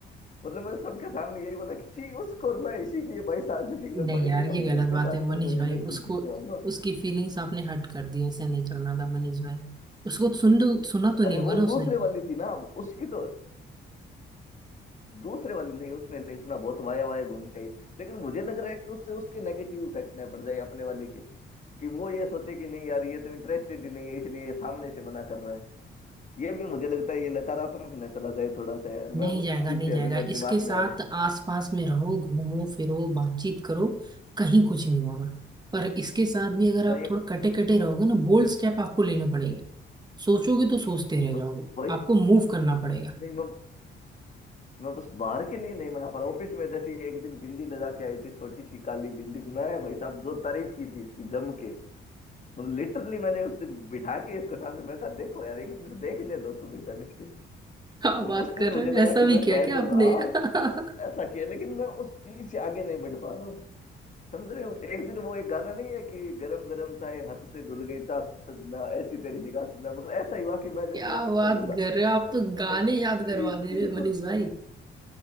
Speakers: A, on the left; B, on the right.
A: मतलब मैं सबके सामने यही बोला कि छी उसको और मैं इसीलिए बाईस साल से सिंगल
B: नहीं
A: थोड़ी
B: यार
A: बैठा
B: ये
A: हूँ
B: गलत
A: कि उसके
B: बात
A: साथ
B: है मनीष
A: मैं कोई
B: भाई
A: रिलेशनशिप
B: उसको
A: में आऊंगा
B: उसकी फीलिंग्स आपने हर्ट कर दी ऐसा नहीं करना था मनीष भाई उसको सुन सुना तो नहीं
A: अरे
B: होगा
A: वो
B: ना उसने
A: दूसरे वाली थी ना उसकी तो दूसरे वाली नहीं उसने नहीं सुना बहुत वाया वाया घूम के आई लेकिन मुझे लग रहा है कि उससे उसके नेगेटिव इफेक्ट ना पड़ जाए अपने वाले के कि वो ये सोचे कि नहीं यार ये तो इंटरेस्टेड ही नहीं है इसलिए ये सामने से मना कर रहा है ये भी मुझे लगता है ये नकारात्मक न चला जाए थोड़ा सा यार
B: नहीं
A: मैं उस
B: जाएगा
A: चीज
B: नहीं
A: से
B: जाएगा
A: अभी मैं
B: इसके
A: दिमाग
B: साथ
A: में आ रहा है
B: आसपास में रहो घूमो फिरो बातचीत करो कहीं कुछ नहीं होगा पर इसके साथ भी अगर आप
A: मैं एक
B: थोड़ा कटे कटे रहोगे ना बोल्ड स्टेप आपको लेने पड़ेंगे सोचोगे तो सोचते रह
A: बस
B: जाओगे
A: वही
B: आपको मूव करना पड़ेगा
A: नहीं
B: <laughs>
A: मैं मैं बस बाहर के लिए नहीं मना पा रहा ऑफिस में जैसे एक दिन बिंदी लगा के आई थी छोटी सी काली बिंदी मैं भाई साहब जो तारीफ की थी इसकी जम के मतलब लिटरली मैंने उस दिन बिठा के इसको सामने मैं कहा देखो यार एक मिनट देखने दो तुम्हें ढंग से तुम
B: क्या बात
A: उस दिन
B: कर
A: मुझे
B: रहे हो
A: लगा
B: ऐसा
A: कि
B: भी
A: मैं
B: किया
A: कह
B: क्या
A: दूंगा
B: आपने
A: हाँ
B: <laughs>
A: ऐसा किया लेकिन मैं उस चीज से आगे नहीं बढ़ पा रहा हूँ समझ रहे हो एक दिन वो एक गाना नहीं है कि गरम गरम चाय हाथ से धुल गई चाह सजना ऐसी तेरी निगाह सजना मतलब ऐसा ही हुआ कि मैं जैसे
B: क्या
A: ऑफिस
B: बात
A: में घुला
B: कर रहे हो आप तो
A: ऑफिस
B: गाने
A: के अंदर
B: याद करवा
A: ही
B: दे रहे
A: बिल्कुल
B: हो मनीष भाई